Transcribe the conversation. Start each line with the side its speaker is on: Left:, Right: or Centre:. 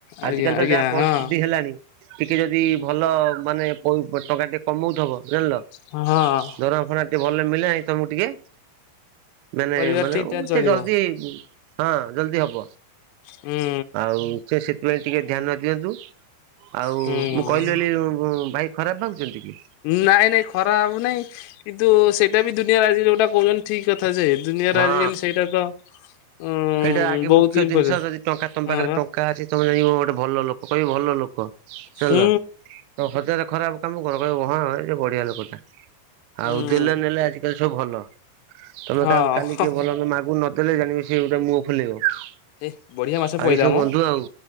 Right: ଆଜିକାଲି
Left: ଆଜ୍ଞା
Right: ତ
Left: ଆଜ୍ଞା
Right: ଯାହା ପରିସ୍ଥିତି
Left: ହଁ
Right: ହେଲାଣି ଟିକେ ଯଦି ଭଲ ମାନେ ପଇ ଟଙ୍କା ଟେ କମଉ ଥବ ଜାଣିଲ
Left: ହଁ ହଁ
Right: ଦରମା ଫରମା ଟିକେ ଭଲରେ ମିଳିଲାଣି ତମକୁ ଟିକେ ମାନେ
Left: ପରିବାର
Right: ମାନେ
Left: ଠିକ୍
Right: ଉଁ
Left: ଠାକ୍ ଚଳିବ
Right: ସେ ଜଲଦି ହଁ ଜଲଦି ହବ।
Left: ହୁଁ
Right: ଆଉ ସେ ସେଥିପାଇଁ ଟିକେ ଧ୍ୟାନ ଦିଅନ୍ତୁ। ଆଉ
Left: ହୁଁ
Right: ମୁଁ କହିଲି ବୋଲି ଉଁ ଉଁ ଭାଇ ଖରାପ ଭାବୁଛନ୍ତି? କି
Left: ନାଇଁ ନାଇଁ ଖରା ଭାବୁ ନାଇଁ କିନ୍ତୁ ସେଇଟା ବି ଦୁନିଆରେ ଆଜି ଯୋଉଟା କହୁଛନ୍ତି ଠିକ କଥା ହଁ ଯେ ଦୁନିଆର
Right: ହଁ
Left: ଆଜିକାଲି ସେଇଟା ତ ଉଁ
Right: ସେଇଟା ଆଗେ
Left: ବହୁତ
Right: ମୁଖ୍ୟ
Left: ଇମ୍ପୋର୍ଟାଣ୍ଟ
Right: ଜିନିଷ ଯଦି ଟଙ୍କା ତମ ପାଖରେ
Left: ହଁ ବା
Right: ଟଙ୍କା ଅଛି ତମେ ଜାଣିବ ଗୋଟେ ଭଲ ଲୋକ କହିବି ଭଲ ଲୋକ କ ଜାଣିଲ
Left: ହୁଁ
Right: ତମେ ହଜାରେ ଖରାପ କାମ କର କହିବେ ହଁ ଇଏ ବଢିଆ ଲୋକଟା।
Left: ହୁଁ।
Right: ଆଉ ଦେଲେ ନେଲେ ଆଜିକାଲି ସବୁ ଭଲ ତମେ
Left: ହଁ
Right: କାହାକୁ କାଲି କିଏ ଭଲ ମନ୍ଦ ମାଗୁ ନ ଦେଲେ ଜାଣିବ ସେ ଗୋଟା ମୁହ ଫୁଲେଇବ ଆଉ
Left: ଏ ବଢିଆ ମାଛ ପଇଲା
Right: ଏ ସବୁ
Left: ମ
Right: ବନ୍ଧୁ ଆଉ